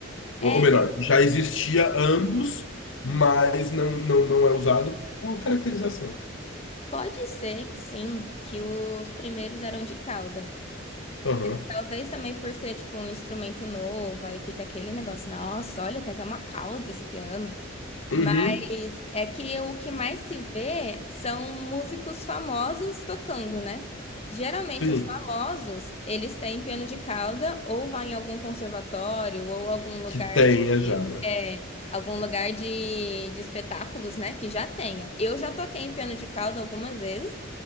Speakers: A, on the left; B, on the left.
A: É,
B: Ou, ou melhor, já existia ambos, mas não, não, não é usado por caracterização.
A: Pode ser que sim, que os primeiros eram de cauda.
B: Aham.
A: Talvez também por ser, tipo, um instrumento novo, aí fica aquele negócio, nossa, olha, tem até uma cauda esse piano.
B: Uhum.
A: Mas é que o que mais se vê são músicos famosos tocando, né? Geralmente
B: Sim.
A: os famosos, eles têm piano de cauda ou vai em algum conservatório ou algum lugar
B: Que tenha
A: de...
B: já, né?
A: é, algum lugar de, de espetáculos, né, que já tenha. Eu já toquei em piano de cauda algumas vezes,